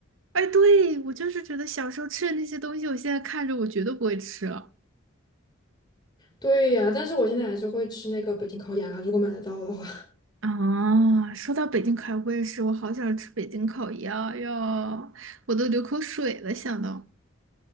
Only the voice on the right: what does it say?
哎，对，我就是觉得小时候吃的那些东西，我现在看着我绝对不会吃了。
啊，说到北京烤鸭，我也是，我好想吃北京烤鸭呀，我都流口水了，想到。